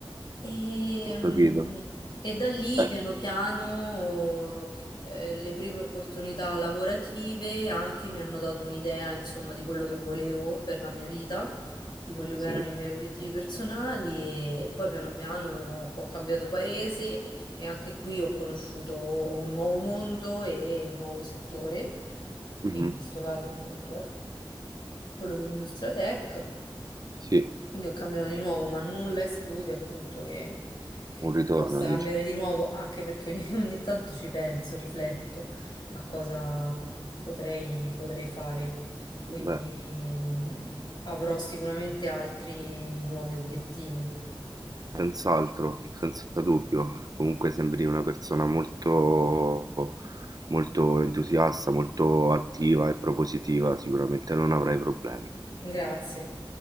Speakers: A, on the left; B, on the right.
A: E,
B: ho
A: mh,
B: capito.
A: e da lì
B: Eh,
A: piano piano eh, le prime opportunità lavorative anche mi hanno dato un'idea, insomma, di quello che volevo per la mia vita di quelli che
B: sì.
A: erano i miei obiettivi personali e poi piano piano ho cambiato paese e anche qui ho conosciuto un nuovo mondo e un nuovo settore, che
B: Mhm,
A: in questo caso appunto è quello dell'industria tech.
B: Sì,
A: Quindi ho cambiato di nuovo, ma nulla esclude appunto che, che
B: un ritorno,
A: possa
B: dici.
A: cambiare di nuovo, anche perché ogni, <laughs> ogni tanto ci penso, rifletto a cosa potrei, potrei fare. Quindi
B: Beh.
A: mh, avrò sicuramente altri nuovi obiettivi.
B: Senz'altro, senza dubbio. Comunque sembri una persona molto, molto entusiasta, molto attiva e propositiva, sicuramente non avrai problemi.
A: Grazie.